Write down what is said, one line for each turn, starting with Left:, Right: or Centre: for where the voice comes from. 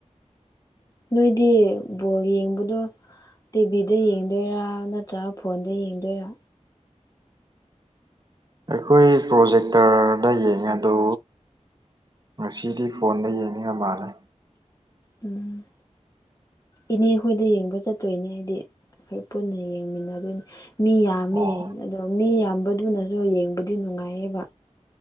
Left: ꯅꯣꯏꯗꯤ ꯕꯣꯜ ꯌꯦꯡꯕꯗꯣ ꯇꯤꯚꯤꯗ ꯌꯦꯡꯗꯣꯏꯔꯥ ꯅꯠꯇ꯭ꯔꯒ ꯐꯣꯟꯗ ꯌꯦꯡꯗꯣꯏꯔꯥ
Right: ꯑꯩꯈꯣꯏ ꯄ꯭ꯔꯣꯖꯦꯛꯇꯔꯗ ꯌꯦꯡꯉꯦ ꯑꯗꯨ ꯉꯁꯤꯗꯤ ꯐꯣꯟꯗ ꯌꯦꯡꯒꯗꯥ ꯃꯥꯜꯂꯦ
Left: ꯎꯝ ꯏꯅꯦ ꯍꯣꯏꯗ ꯌꯦꯡꯕ ꯆꯠꯇꯣꯏꯅꯦ ꯍꯥꯏꯗꯤ ꯑꯩꯈꯣꯏ ꯄꯨꯟꯅ ꯌꯦꯡꯃꯤꯟꯅꯗꯣꯏꯅꯤ ꯃꯤ ꯌꯥꯝꯃꯦ
Right: ꯑꯣ
Left: ꯑꯗꯣ ꯃꯤ ꯌꯥꯝꯕꯗꯨꯅꯁꯨ ꯌꯦꯡꯕꯗꯤ ꯅꯨꯡꯉꯥꯏꯌꯦꯕ